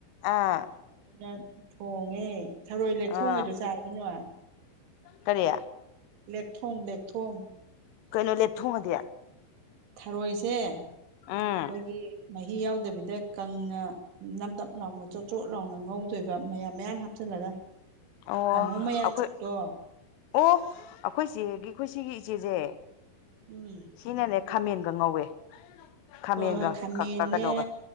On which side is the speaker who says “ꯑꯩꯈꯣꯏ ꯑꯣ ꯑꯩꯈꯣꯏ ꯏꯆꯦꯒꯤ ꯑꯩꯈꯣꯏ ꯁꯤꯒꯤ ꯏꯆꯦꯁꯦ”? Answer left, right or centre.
Left